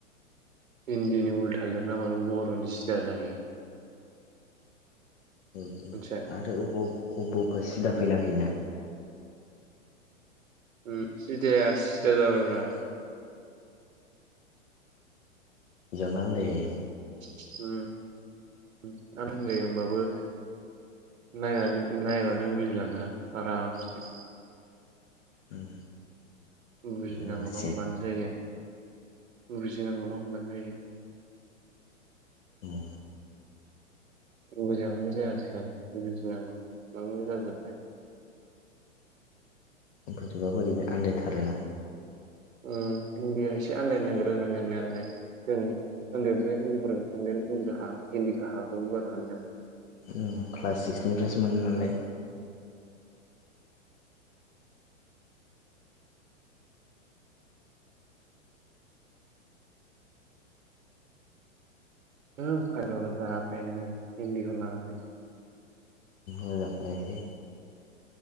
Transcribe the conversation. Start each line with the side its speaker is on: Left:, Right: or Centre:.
Right: हिन्दीनि उल्था लिरना होबानो बर'नि सिदा जाहैयो।
Left: औ औ
Right: मिथिबाय
Left: आरो अबाव अबावबा अबावबा सिदा फैना होयोना।
Right: उम सिदाया सिदा जाबायब्रा।
Left: इदियावनो आनदायो।
Right: उम <unintelligible> होमबाबो नायनानै नायबानो बुजिलाङो आरामसे।
Left: उम
Right: बुजिनांगौल'
Left: नांसिगोन
Right: होनबानो जायो बुजिनांगौल' होनबानो जायो।
Left: औ
Right: मोजां बुजाया आजिखालि बुजिनांगौ <unintelligible> जाजोब्बाय।
Left: बोरैबा बोरैबा आन्दायथारोना।
Right: उम हिन्दी आ एसे आन्दायनो नागिरो नांगेरनायालाय जों उन्दैनिफ्राय हिन्दीफोरोङो हिन्दि हा हिन्दिखो हागोमोन बारु हानाया।
Left: उम क्लास सिक्सनिफ्रायसो मोनो नालाय।
Right: ओं फायदाबो जाया फाइबो हिन्दिखो लानानै।
Left: मोजां खोनायासै।